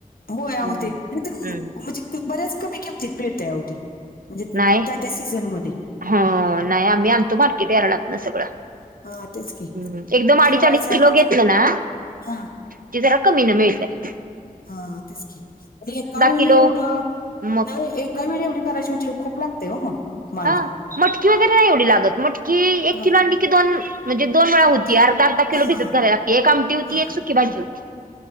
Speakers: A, on the left; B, on the right.
A: होय अहो
B: हम्म
A: ते <unintelligible>
B: हम्म
A: म्हणजे बऱ्याच कमी किमतीत मिळतंय अहो ती, म्हणजे त्या
B: नाही
A: त्या सीझनमध्ये.
B: हो, नाही आम्ही आणतो मार्केट यार्डातनं सगळं.
A: हा तेच की
B: हम्म एकदम अडीच
A: ठेवायचं
B: अडीच किलो
A: आणि तेच-
B: घेतलं ना
A: हा
B: की जरा कमीनं मिळतंय.
A: हा तेच की, अन एका वेळी
B: किलो
A: एवढं
B: मग
A: नव्हे एक का वेळी एवढी करायची म्हणजे खूप लागतंय ओ मग. माल
B: हा मटकी वगैरे नाही एवढी लागत, मटकी एक
A: हा
B: किलो आणली की दोन म्हणजे दोन वेळा होती,
A: दोन-
B: अर्धा अर्धा किलो
A: हा
B: भिजत
A: हा
B: घालाय लागती एक आमटी होती
A: हा.
B: एक सुकी भाजी होती.